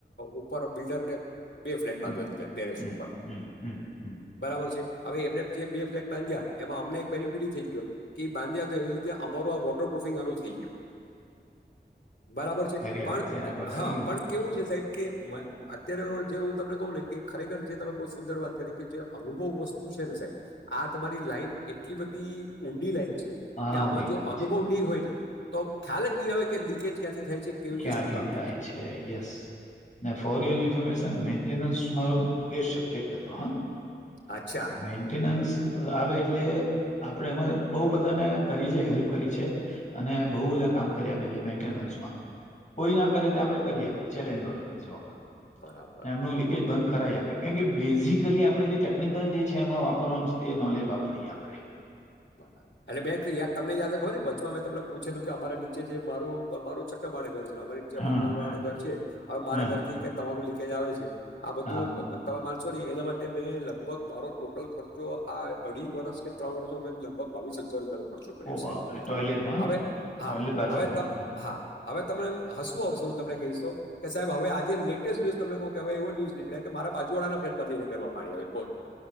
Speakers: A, on the left; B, on the left.
A: ઉપર બિલ્ડરને બે ફ્લેટ બાંધવા
B: હમ
A: દી જાય ટેરેસ
B: હમ
A: ઉપર.
B: હમ, હમ. હમ.
A: બરાબર છે, હવે એમને જે બે ફ્લેટ બાંધ્યા એમાં અમને એક બેનિફિટ થઈ ગયો. કે બાંધ્યા તો એને લીધે અમારું આ વોટર પ્રુફિંગ આનું થઈ ગયું. બરાબર છે,
B: સારી
A: પણ
B: વાત છે એના પર
A: હા,
B: આવી ગયો
A: પણ કેવું છે સાહેબ કે અત્યારે જે હું તમને કહું ને, કે ખરેખર જે તમે સુંદર વાત કરી કે જે અનુભવ વસ્તુ છે ને સાહેબ આ તમારી લાઈન એટલી બધી ઊંડી લાઈન છે. કે
B: હાઉડી
A: આમાં જો
B: લાઈન
A: અનુભવ
B: છે
A: નહી હોય ને, તો ખ્યાલ જ નહીં આવે કે લીકેજ ક્યાંથી થાય છે. કેવી
B: ક્યાંથી
A: રીતે શું કામ
B: થાય છે, yes. For your information, maintenance મારો બેસ્ટ સબ્જેક્ટ હતો, હા.
A: અચ્છા.
B: મેન્ટેનન્સ આવે એટલે આપડે એમાં બહુ બધાને કરી છે હેલ્પ કરી છે. અને બહુ બધા કામ કરી આપ્યા છે મેન્ટેનન્સ માં. કોઈ ના
A: બરા
B: કરે તે આપડે કરી આપીએ, ચેલેન્જ વાળો જવાબ
A: બરાબર.
B: એમનું લીકેજ બંધ. કરાઈ આપીએ, કારણ કે બેઝિકલી આપણેે જે ટેકનિકલ જે છે એમાં વાપરવાનું છે તે નોલેજ વાપરીએ આપણે.
A: બરાબર એટલે મેં એક યાદ તમને યાદ રાખવા ને વચમાં મેં તમને પૂછેલું કે અમારા નીચે જે મારું માર ઘર છે અમારી નીચેે
B: હા,
A: ઘર છે હવે મારા
B: હા,
A: ઘર થી કે તમારું લીકેજ આવે છે. આ બધું
B: હા,
A: તમે માનશો નહી એના માટે મેં લગભગ મારો ટોટલ ખર્ચો આ અઢી વર્ષ કે ત્રણ વર્ષ મે લગભગ બાવીસ હજાર રૂપ ચો કર્યો
B: ઓ બાપરે!
A: સાહેબ
B: ટોયલેટમાં?
A: હવે
B: ટોયલેટ
A: હા
B: બાથરૂમમાં?
A: હવે ત હા હવે તમને હસવું આવશે હું તમને કહીશ તો કે સાહેબ હવે આજેટેસ્ટ ન્યુઝ તને કહ કેવાય એવ ન્યુઝ નીકળ્યા કે મારા બાજુવાડાના ફ્લેટમાંથીઈને ઘરમાં પાણી આવે છે, બોલો